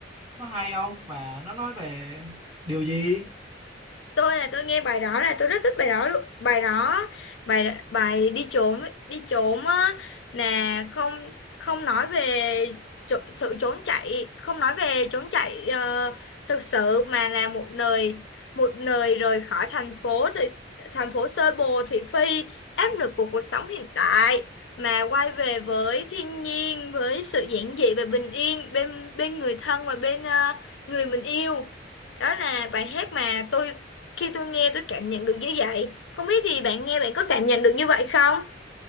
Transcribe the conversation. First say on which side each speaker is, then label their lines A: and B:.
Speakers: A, on the right; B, on the left.
A: nó hay không và nó nói về điều gì
B: tôi là tôi nghe bài đó là tôi rất thích bài đó luôn bài đó bài bài đi trốn đi trốn á là không không nói về tr sự trốn chạy không nói về trốn chạy ờ, thực sự mà là một nơi một nơi rời khỏi thành phố thì thành phố xô bồ thị phi áp lực của cuộc sống hiện tại mà quay về với thiên nhiên với sự giản dị và bình yên bên bên người thân và bên ờ, người mình yêu đó là bài hát mà tôi khi tôi nghe tôi cảm nhận được như vậy, không biết thì bạn nghe bạn có cảm nhận được như vậy không?